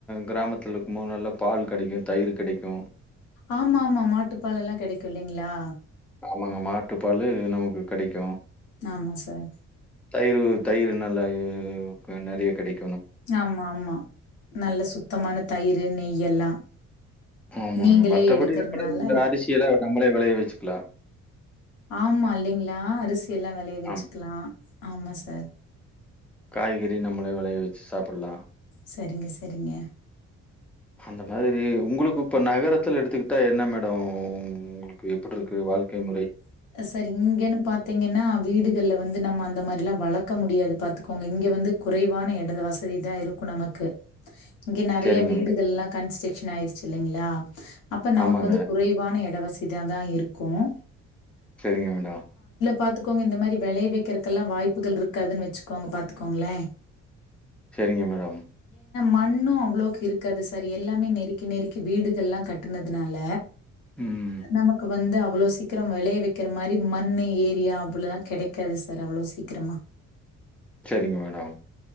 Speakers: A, in the centre; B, on the left (about 85°).
A: கிராமத்தில் இருக்கும்போது நல்ல பால் கிடைக்கும் தயிர் கிடைக்கும்
B: ஆமா ஆமா மாட்டுப்பால் எல்லாம் கிடைக்கும் இல்லைங்களா
A: ஆமாங்க மாட்டு பாலு நமக்கு கிடைக்கும்
B: ஆமா சார்.
A: தயிர் தயிர் நல்லா நிறைய கிடைக்கும்
B: ஆமா ஆமா நல்ல சுத்தமான தயிர் அது நெய் எல்லாம்
A: ஆமாங்க
B: நீங்களே
A: மற்றபடி
B: எடுக்கறனால
A: நம்மளே இந்த அரிசியல்ல நம்மளே விளைைய வச்சு க்லா
B: ஆமா இல்லைங்ளா அரிசி எல்லாம் வெளய வச்சிக்லாம்
A: ஆமா.
B: ஆமா சார்
A: காய்கறி நம்மலே வெளய வச்சி சாப்பலாம்
B: சரிங்க சரிங்க
A: அந்த மாதிரி உங்களுக்கு இப்ப நகரத்துல எடுத்துக்கிட்டா என்ன மேடம் உங்களுக்கு எப்டி இருக்கு வாழ்க்கை முறை
B: சார் இங்கன்னு பாத்தீங்கன்னா வீடுகள்ல வந்து நம்ம அந்த மாதிரில்லாம் வளக்க முடியாது பாத்துக்கோங்க இங்க வந்து குறைவான இட வசதிதான் இருக்கும் நமக்கு இங்கே நறைய
A: சரிங்க
B: வீடுகள்ல்லாம்
A: மேடம்
B: கன்ஸ்ட்ரக்ஷன் ஆயிருச்சு இல்லைங்ளா அப்ப நமக்கு
A: ஆமாங்க
B: வந்து குறைவான இடவசதியாதா இருக்கும்
A: சரிங்க மேடம்
B: பாத்துக்கோங்க இந்த மாரி வெளைய வைக்கிறதுக்கல்லாம் வாய்ப்புகள் இருக்காதுன்னு வச்சுக்கோங்க பாத்துக்கோங்களேன்
A: சரிங்க மேடம்
B: மண்ணும் அவ்வளவுக்கு இருக்காது சார் எல்லாமே நெருக்கி நெருக்கி வீடுகள்ல்லாம் கட்டனதுனால
A: ம்
B: நமக்கு வந்து அவ் அவ்ளோ சீக் க்கிறம் வெளைய வைக்கிற மாரி மண்ணு ஏரியா <unintelligible> கிடைக்காது சார் அவ்வளவு சீக்கிரமா
A: சரிங்க மேடம்